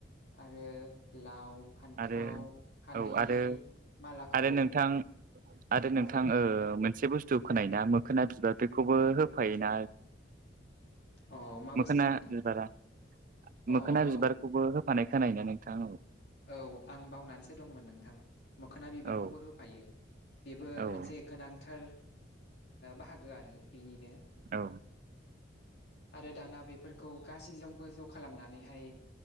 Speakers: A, on the left (about 60°); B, on the right (about 45°).
A: आरो लाव फान्थाव
B: आरो
A: हालदैनि
B: औ आरो
A: मालाखौ
B: आरो नोंथां आरो नोंथां
A: औ
B: ओ मोन से बुस्थु खोनायायोना मोखोना बिबार बेखौबो होफायोना
A: अ मा बुस्थु
B: मोखोना
A: नोंथां
B: बिबारा
A: अ
B: मोखोना
A: औ
B: बिबारखौबो होफानाय खोनायो ना नोंथां
A: औ आं बावनानैसो दंमोन नोंथां मोखोना बिबारखौबो
B: औ
A: होफायो बेबो
B: औ
A: मोनसे गोनांथार बाहागो आरो बेनिनो
B: औ
A: आरो दाना बेफोरखौ गासैजोंबो ज' खालामनानैहाय